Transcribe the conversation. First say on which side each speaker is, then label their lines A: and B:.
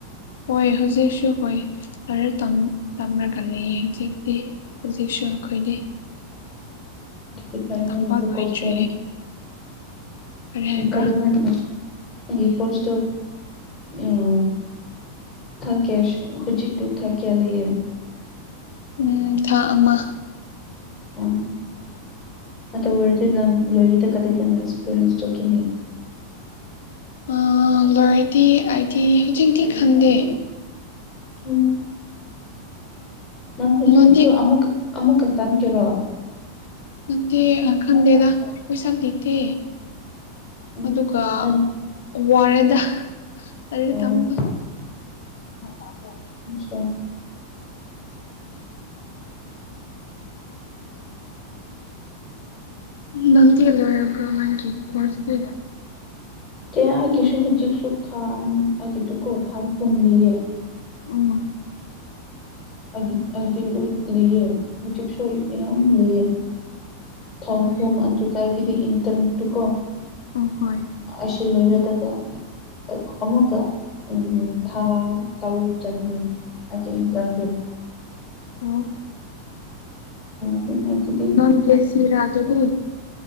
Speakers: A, on the left; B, on the left.
A: ꯍꯣꯏ ꯍꯧꯖꯤꯛꯁꯨ ꯍꯣꯏ ꯂꯥꯏꯔꯤꯛ ꯇꯝ ꯇꯝꯔꯒꯥ ꯂꯩꯌꯦ ꯍꯧꯖꯤꯛꯇꯤ ꯍꯧꯖꯤꯛꯁꯨ ꯑꯩꯈꯣꯏꯗꯤ
B: ꯑꯗꯨꯗꯤ ꯐꯩꯌꯦ
A: ꯇꯝꯕ
B: ꯅꯪꯒꯤꯗꯨ
A: ꯂꯣꯏꯗ꯭ꯔꯤꯌꯦ
B: ꯀꯣꯁ ꯀꯦꯟ
A: ꯀꯔꯤ ꯍꯥꯏꯕ꯭ꯔꯥ
B: ꯀꯗ ꯃꯅꯦ ꯅꯪꯒꯤ ꯀꯣꯁꯇꯨ ꯎꯝ ꯊꯥ ꯀꯦꯁ ꯍꯨꯖꯤꯛꯇꯨ ꯊꯥ ꯀꯌꯥ ꯂꯩꯌꯦ
A: ꯎꯝ ꯊꯥ ꯑꯃ
B: ꯑꯣ ꯑꯗꯨ ꯑꯣꯏꯔꯗꯤ ꯅꯪ ꯂꯣꯏꯔꯦꯗ ꯀꯗꯥꯢꯗ ꯅꯣ ꯑꯦꯛꯁꯄꯤꯔꯤꯌꯦꯟꯁ ꯇꯨꯒꯤꯅꯤ
A: ꯑꯤ ꯂꯣꯏꯔꯗꯤ ꯑꯩꯗꯤ ꯍꯨꯖꯤꯛꯇꯤ ꯈꯪꯗꯦ
B: ꯑꯣ ꯅꯪ ꯍꯨꯖꯤꯛꯁꯨ
A: ꯅꯪꯗꯤ
B: ꯑꯃꯨꯛꯀ ꯑꯃꯨꯛꯀ ꯇꯥꯟꯀꯦꯔꯣ
A: ꯅꯠꯇꯦ ꯑꯥ ꯈꯪꯗꯦꯗ ꯄꯩꯁꯥ ꯂꯤꯇꯦ
B: ꯎꯝ
A: ꯑꯗꯨꯒ
B: ꯅꯪ
A: ꯋꯥꯔꯦꯗ ꯂꯥꯢꯔꯤꯛ
B: ꯑꯣ
A: ꯇꯝꯕ <unintelligible>
B: ꯑꯆꯥ
A: ꯅꯪꯗꯤ ꯂꯣꯢꯔꯕ꯭ꯔꯣ ꯅꯪꯒꯤ ꯀꯣꯔ꯭ꯁꯗꯤ
B: ꯀ꯭ꯌꯥꯒꯤꯁꯨ ꯍꯧꯖꯤꯛꯁꯨ ꯊꯥꯡ ꯑꯩꯒꯤꯗꯨ ꯀꯣ ꯊꯥꯡ ꯍꯨꯝꯂꯤꯌꯦ
A: ꯎꯝ
B: ꯑꯩꯗꯤ ꯑꯩꯗꯤ ꯂꯤ ꯂꯩꯑ ꯍꯧꯖꯤꯛꯁꯨ ꯌꯥꯝ ꯂꯩꯌꯦ ꯊꯥꯎꯍꯨꯝ
A: ꯍꯣꯏ
B: ꯑꯗꯨ ꯀꯥꯏꯒꯤꯗꯤ ꯏꯟꯇ꯭ꯔꯟꯠꯇꯨ ꯀꯣ
A: ꯑꯣ ꯍꯣꯏ
B: ꯑꯁꯤ ꯂꯣꯏꯔꯗꯒ <unintelligible> ꯑꯃꯨꯒ ꯎꯝ ꯊꯥ ꯇꯔꯨꯛ ꯆꯠꯀꯅꯤ ꯑꯩꯀꯤ ꯏꯟꯇ꯭ꯔꯟꯗꯣ
A: ꯎꯝ
B: ꯑꯣ ꯑꯗꯣ ꯃꯥꯏꯗꯨꯗꯤ
A: ꯅꯪꯒꯤ ꯁꯤꯔꯥ ꯑꯗꯨ <unintelligible>